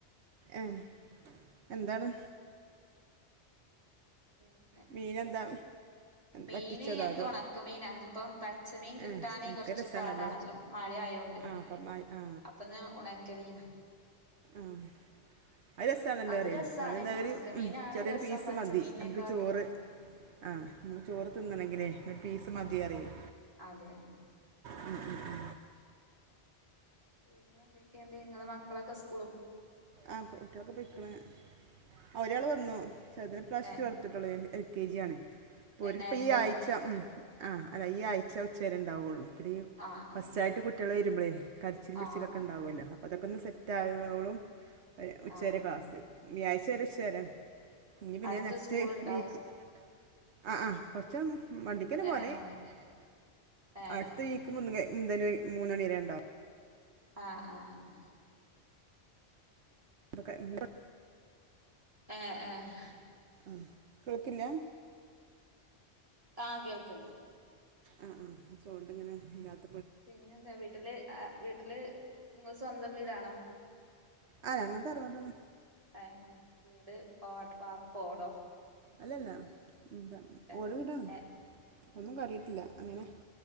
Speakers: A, on the right; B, on the right.
A: ഏഹ് എന്താണ്
B: പിന്നെ
A: മീനെന്താ
B: മീന്
A: വറ്റിച്ചതോ
B: ഞങ്ങക്ക്
A: അതോ
B: ഒണക്കമീനാ ഇന്ന്പ്പം പച്ചമീൻ കിട്ടീ
A: ഏ
B: കിട്ടാന്
A: ഉണക്ക
B: കൊറച്ച്
A: രസാണല്ലോ
B: പാടാണല്ലോ. മഴ ആയോണ്ട്.
A: ആ അപ്പം ആ ആ
B: അപ്പന്ന് ഉണക്കമീനാ
A: ആഹ് അഹ് രസാണല്ലോറിയെയ്.
B: അത് രസാണ്
A: അതെന്താ ഒര്
B: ഉണക്കമീനാണ്
A: ഉം ചെറിയൊരു
B: രസം
A: പീസ്
B: പച്ചമീനിനെക്കാട്ടും
A: മതി ഞമുക്ക് ചോറ് ആഹ് മ്മക്ക് ചോറ് തിന്നണെങ്കിലേ ഒരു പീസ് മതി അറിയയ്‌
B: അതെന്നെ
A: ഉം ഉം ഉം
B: പിന്നെ എന്തൊക്കെണ്ട് ഇങ്ങളെ മക്കളൊക്കെ സ്‌കൂ
A: ആഹ് കുട്ടിയാളൊക്കെ പെയ്ക്ക്ണ്. ആഹ് ഒരാള് വന്നു. ചെറ്തിനെ ഇപ്രാശ്യം
B: ഏഹ്
A: ചേർത്ത് ചേർത്ത്ട്ടൊള്ളെയ് എൽ കെ ജി ആണ്. ഇപ്പൊ ഒര്
B: നേരത്തെ
A: പ്പോ ഈ ആയ്ച
B: വി
A: ഉം ആഹ് അല്ല ഈ ആഴ്ച ഉച്ചേരെ ഉണ്ടാവൊള്ളൂ. ഇപ്പ ദ് ഈ
B: ആഹ്
A: ഫസ്റ്റ്റ്റായിട്ട്
B: ആഹ്
A: കുട്ട്യാൾ വരുമ്പോളേയ് കരച്ചിലും പിട്ചിലൊക്കെ
B: ആഹ് ആഹ്
A: ഉണ്ടാവോല്ലൊ അപ്പ അതൊക്കെ ഒന്ന് സെറ്റാവാ സെറ്റാവോള്ളം ഏഹ് ഉച്ച
B: ആഹ്
A: വരെ ക്ലാസ്സ് വ്യാഴാഴ്ച വരെ ഉച്ച വരെ. ഞ്ഞി പിന്നെ
B: അടുത്ത്
A: നെക്സ്റ്റ്
B: സ്കൂളുണ്ടോ
A: വീക്ക് അടുത്ത് സ്കൂൾ ഉണ്ടോ ആഹ് ആഹ് കൊറ്ച്ചൊന്ന്. വണ്ടിക്കനെ
B: ഏ
A: പോവല്
B: ഏ
A: ഏഹ്
B: ഏ
A: അടുത്ത
B: ഏ
A: വീക്ക് മുന്ന്ണ് മൂന്നണിരെ മൂന്നണി വരെ ണ്ടാവും.
B: ആഹ് ആഹ് ആഹ്
A: പ്പോ കഴിഞ്ഞോ
B: ഏഹ് ഏഹ്
A: ഏഹ് ആഹ് കേക്ക്ല്ല
B: ആഹ് കേൾക്ക്ണ്ട്.
A: ആഹ് ആഹ് സൗണ്ടിങ്ങനെ ഇല്ലാതോണ്ട്
B: പിന്നെ ന്താ വീട്ടില് ആഹ് വീട്ടില് ങ്ങള് സ്വന്തം വീടാണോ?
A: ആഹ് ഞങ്ങൾ തറവാടാണ്.
B: ഏഹ് ഏഹ് വീട് വാർപ്പോ ഓടോ?
A: അല്ലല്ല ന്ത
B: ഏ
A: ഓട് വീടാണ്.
B: ഏ
A: ഒന്നും കാര്യയ്ട്ടില്ല അങ്ങനെ.